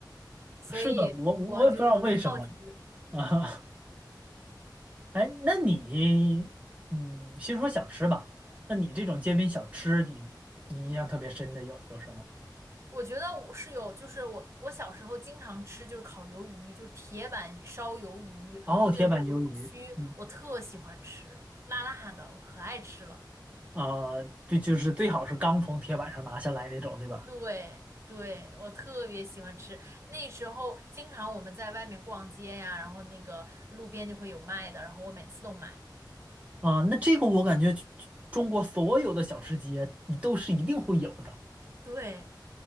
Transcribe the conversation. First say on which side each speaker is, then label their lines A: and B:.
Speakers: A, on the right; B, on the right.
A: 所以我就很好奇，
B: 是的，我我也不知道为什么啊。<laughs> 哎，那你，嗯，先说小吃吧。那你这种街边小吃，你你印象特别深的有有什么？
A: 我觉得我是有，就是我我小时候经常吃就是烤鱿鱼，就是铁板烧鱿鱼那种鱿鱼须，
B: 哦，铁板鱿鱼，嗯
A: 我特喜欢吃，辣辣的，我可爱吃了。
B: 啊，这就是最好是刚从铁板上拿下来那种，对吧？
A: 对对，我特别喜欢吃。那时候经常我们在外面逛街呀，然后那个路边就会有卖的，然后我每次都买。
B: 啊，那这个我感觉中国所有的小吃街，你都是一定会有的。
A: 对，